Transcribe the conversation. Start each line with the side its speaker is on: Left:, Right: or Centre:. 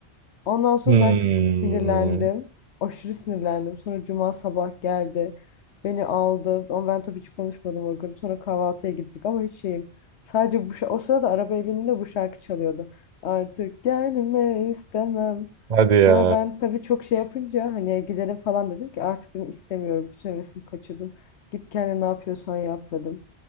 Left: Ondan sonra
Right: Hmm.
Left: ben çok sinirlendim. Aşırı sinirlendim. Sonra cuma sabah geldi. Beni aldı. Ama ben tabii hiç konuşmadım o gün. Sonra kahvaltıya gittik ama hiç şeyim. Sadece bu şa- o sırada arabaya bindiğimde bu şarkı çalıyordu. Artık gelme istemem.
Right: Hadi ya.
Left: Sonra ben tabii çok şey yapınca hani gidelim falan dedim ki artık dedim istemiyorum. Bütün hevesimi kaçırdın. Git kendine ne yapıyorsan yap dedim.